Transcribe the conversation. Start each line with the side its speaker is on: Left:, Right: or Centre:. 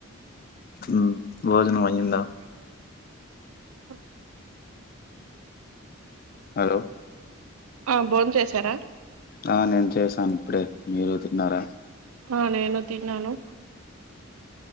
Left: ఉం భోజనం అయ్యిందా
Right: అ
Left: హలో
Right: ఆ బోన్ చేసారా
Left: ఆ నేను చేసాను ఇప్పుడే మీరు తిన్నారా
Right: ఆ నేను తిన్నాను